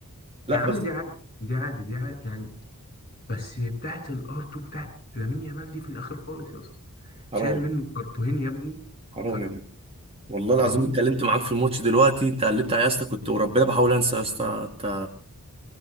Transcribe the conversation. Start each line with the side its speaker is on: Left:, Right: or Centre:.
Right: لا
Left: يا عم
Right: بس
Left: دي عادي دي عادي دي عادي يعني بس بتاعت الار 2 بتاعت لامين يامال دي في الاخر خالص يا اسطى شايل
Right: حرام
Left: منه كرتوهين يا ابني
Right: حرام
Left: ف-
Right: يا جدع والله
Left: صعبين
Right: العظيم اتكلمت معاك في الماتش دلوقتي انت قلبت عليا يا اسطى كنت وربنا بحاول انسى يا اسطى انت